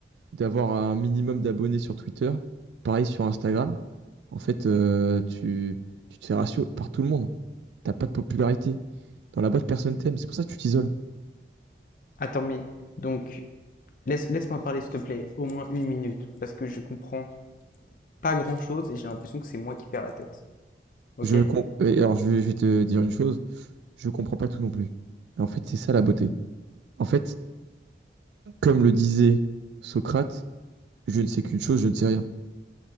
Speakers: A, on the right; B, on the left.
A: d'avoir un minimum d'abonnés sur Twitter, pareil sur Instagram. En fait, euh, tu, tu te fais ratio par tout le monde. T'as pas de popularité. Dans la boîte, personne t'aime. C'est pour ça que tu t'isoles.
B: Attends, mais donc, laisse, laisse-moi parler, s'il te plaît, au moins une minute, parce que je comprends pas grand-chose et j'ai l'impression que c'est moi qui perds la tête. Ok?
A: Je com- et alors, je vais, je vais te dire une chose, je comprends pas tout non plus. Mais en fait, c'est ça la beauté. En fait, comme le disait Socrate, je ne sais qu'une chose, je ne sais rien.